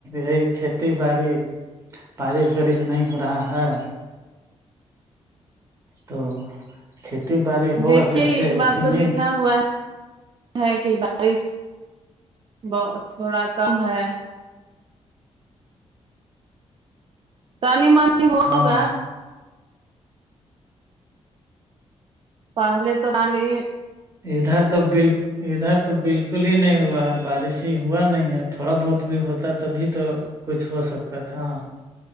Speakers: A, on the right; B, on the right.
A: یہی کھیتی باڑی پارش وورش نہیں ہو رہا ہے تو کھیتی باڑی ہوگا
B: دیکھیے
A: کیسے
B: اس بار
A: اسی
B: تو
A: میں
B: لکھا ہوا ہے کہ بارش ب تھوڑا کم ہے تانی مانی ہوگا
A: ہاں
B: پہل تو م نے
A: ادھر تو ب ادھر تو بالکل ہی نہیں ہوا ہے بارش ہی ہوا نہیں ہے تھوڑا بہت بھی ہوتا تبھی تو کچھ ہو سکتا تھا